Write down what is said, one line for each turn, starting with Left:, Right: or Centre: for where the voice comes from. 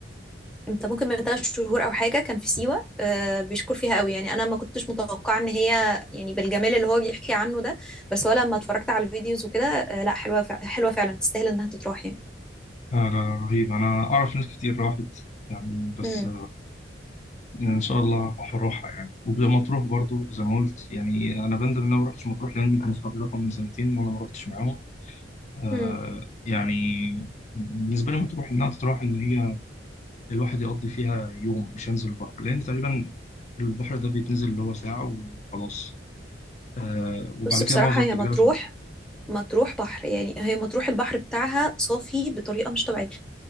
Centre: امتى ممكن من ثلاث شهور او حاجه كان في سيوه آه، بيشكر فيها قوي يعني انا ما كنتش متوقعه ان هي يعني بالجمال اللي هو بيحكي عنه ده بس هو لما اتفرجت على الفيديوز وكده آه، لا حلوه فع- حلوه فعلا تستاهل انها تتروح يعني
Left: لا رهيب أنا أعرف ناس كتير راحت يعني بس
Centre: امم
Left: ان شاء الله هروحها يعني ومطروح برضو زي ما قلت يعني انا بندم ان انا ما رحتش مطروح لان كانوا اصحابي راحوا من سنتين وانا ما رحتش معاهم آه
Centre: امم
Left: يعني بالنسبه لي مطروح انها تتراح ان هي الواحد يقضي فيها يوم مش هنزل البحر لان تقريبا البحر ده بيتنزل اللي هو ساعه وخلاص آه وبعد
Centre: بص
Left: كده
Centre: بصراحه
Left: معظم
Centre: هي
Left: التجربه
Centre: مطروح
Left: في المدينه
Centre: مطروح بحر يعني هي مطروح البحر بتاعها صافي بطريقه مش طبيعيه